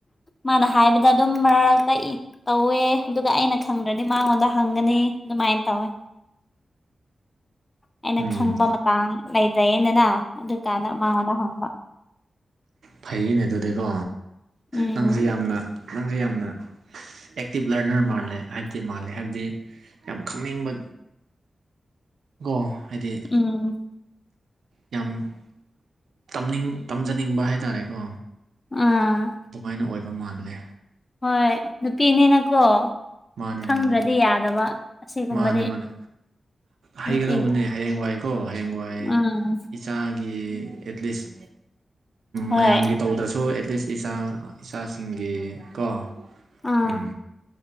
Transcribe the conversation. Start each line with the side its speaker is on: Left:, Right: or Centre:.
Left: ꯃꯥꯅ ꯍꯥꯏꯕꯗ ꯑꯗꯨꯝ ꯃꯔꯛꯇꯥ ꯑꯦ ꯇꯧꯋꯦ ꯑꯗꯨꯒ ꯑꯩꯅ ꯈꯪꯗ꯭ꯔꯗꯤ ꯃꯉꯣꯟꯗ ꯍꯪꯒꯅꯤ ꯑꯗꯨꯃꯥꯏꯅ ꯇꯧꯋꯦ ꯑꯩꯅ
Right: ꯎꯝ
Left: ꯈꯪꯕ ꯃꯇꯥꯡ ꯂꯩꯖ꯭ꯔꯦꯅꯅ ꯑꯗꯨꯀꯥꯟꯗ ꯃꯉꯣꯟꯗ ꯍꯪꯕ
Right: ꯐꯩꯌꯥ ꯑꯗꯨꯗꯤꯀꯣ
Left: ꯎꯝ
Right: ꯅꯪꯁꯦ ꯌꯥꯝꯅ ꯅꯪꯁꯦ ꯌꯥꯝꯅ ꯑꯦꯛꯇꯤꯚ ꯂꯔꯅꯔ ꯃꯥꯜꯂꯦ ꯍꯥꯏꯕꯗꯤ ꯃꯥꯜꯂꯦ ꯍꯥꯏꯕꯗꯤ ꯌꯥꯝ ꯈꯪꯅꯤꯡꯕ ꯀꯣ ꯍꯥꯏꯗꯤ
Left: ꯎꯝ
Right: ꯌꯥꯝ ꯇꯝꯅꯤꯒ ꯇꯝꯖꯅꯤꯡꯕ ꯍꯥꯏꯇꯥꯔꯦꯀꯣ
Left: ꯑꯥ
Right: ꯑꯗꯨꯃꯥꯏꯅ ꯑꯣꯏꯕ ꯃꯥꯜꯂꯦ
Left: ꯍꯣꯏ ꯅꯨꯄꯤꯅꯤꯅꯀꯣ
Right: ꯃꯥꯅꯦ
Left: ꯈꯪꯗ꯭ꯔꯗꯤ
Right: ꯃꯥꯅꯦ
Left: ꯌꯥꯗꯕ ꯑꯁꯤꯒꯨꯝꯕꯗꯤ
Right: ꯃꯥꯅꯦ ꯃꯥꯅꯦ ꯍꯩꯒꯗꯧꯕꯅꯦ
Left: ꯅꯨꯄꯤ
Right: ꯍꯌꯦꯡꯋꯥꯏꯀꯣ ꯍꯌꯦꯡꯋꯥꯏ ꯏ
Left: ꯎꯝ
Right: ꯏꯥꯒꯤ ꯑꯦꯠꯂꯤꯁ
Left: ꯍꯣꯏ
Right: ꯃꯌꯥꯝꯒꯤ ꯇꯧꯗ꯭ꯔꯁꯨ ꯑꯦꯠꯂꯤꯁ ꯏꯁꯆꯥ ꯏꯆꯥꯁꯤꯡꯒꯤ ꯀꯣ
Left: ꯑꯥ
Right: ꯎ